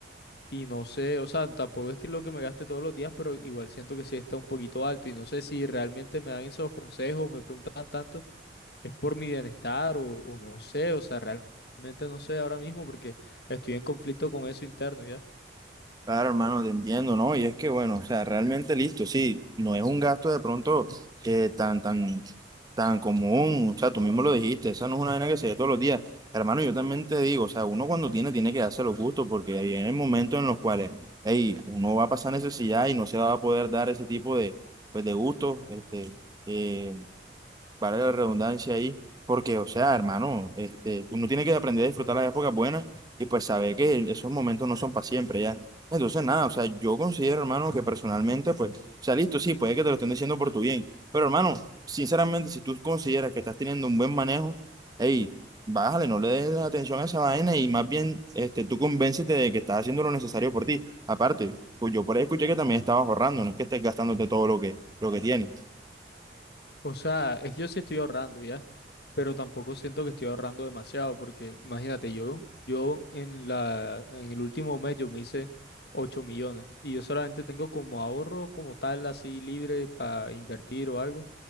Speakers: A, on the left (about 60°); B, on the right (about 20°).
A: Y no sé, o sea, tampoco es que lo que me gaste todos los días, pero igual siento que sí está un poquito alto y no sé si realmente me dan esos consejos, me preguntan tanto, es por mi bienestar o, o no sé, o sea, realmente no sé ahora mismo porque estoy en conflicto con eso interno, ¿ya?
B: Claro, hermano, te entiendo, ¿no? Y es que, bueno, o sea, realmente listo, sí, no es un gasto de pronto eh, tan, tan, tan común, o sea, tú mismo lo dijiste, esa no es una vaina que se ve todos los días. Hermano, yo también te digo, o sea, uno cuando tiene, tiene que darse los gustos, porque vienen momentos en los cuales, hey, uno va a pasar necesidad y no se va a poder dar ese tipo de, pues, de gustos, este, eh vale la redundancia ahí, porque, o sea, hermano, este, uno tiene que aprender a disfrutar las épocas buenas y pues saber que esos momentos no son para siempre ya. Entonces, nada, o sea, yo considero, hermano, que personalmente, pues, o sea, listo, sí, puede que te lo estén diciendo por tu bien, pero, hermano, sinceramente, si tú consideras que estás teniendo un buen manejo, hey, bájale, no le des atención a esa vaina y más bien, este, tú convéncete de que estás haciendo lo necesario por ti. Aparte, pues yo por ahí escuché que también estabas ahorrando, no es que estés gastándote todo lo que, lo que tienes.
A: O sea, es que yo sí estoy ahorrando, ¿ya? pero tampoco siento que estoy ahorrando demasiado, porque imagínate, yo, yo en la, en el último mes yo me hice ocho millones y yo solamente tengo como ahorro como tal, así libre para invertir o algo,